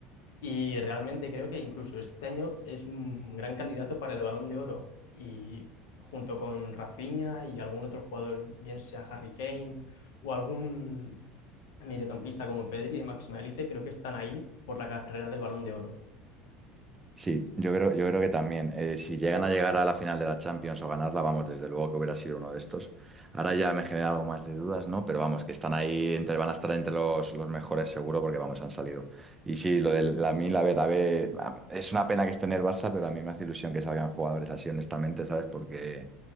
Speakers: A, on the left; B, on the right.
A: y realmente creo que incluso este año es un gran candidato para el Balón de Oro y junto con Rafinha y algún otro jugador, bien sea Harry Kane o algún mediocampista como Pedri de máxima élite, creo que están ahí por la carrera del Balón de Oro.
B: Sí, yo creo, yo creo que también. eh, si llegan a llegar a la final de la Champions o ganarla, vamos, desde luego que hubiera sido uno de estos. Ahora ya me genera algo más de dudas, ¿no? Pero vamos, que están ahí, entre, van a estar entre los, los mejores seguro, porque vamos, han salido. Y sí, lo de la Mil, a ver, a ver, a- es una pena que esté en el Barça, pero a mí me hace ilusión que salgan jugadores así, honestamente, ¿sabes? Porque